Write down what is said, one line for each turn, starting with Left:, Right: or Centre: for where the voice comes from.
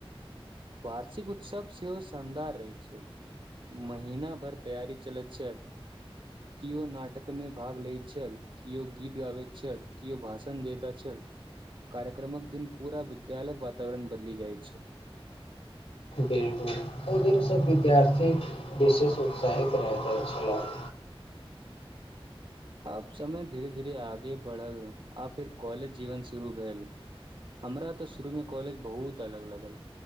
Right: वार्षिक उत्सव सेहो शानदार रहैत छल महिना भरि तैयारी चलैत छल केओ नाटकमे भाग लैत छल केओ गीत गाबै छल केओ भाषण देता छल कार्यक्रमक दिन पूरा विद्यालयक वातावरण बदलि जाइत छल
Left: बिल्कुल ओहि दिनसँ विद्यार्थी विशेष उत्साहित रहि गेल छलह
Right: आब समय धीरे धीरे आगे बढ़ल आब फेर कॉलेज जीवन शुरू भेल हमरा तऽ शुरू मे कॉलेज बहुत अलग लगल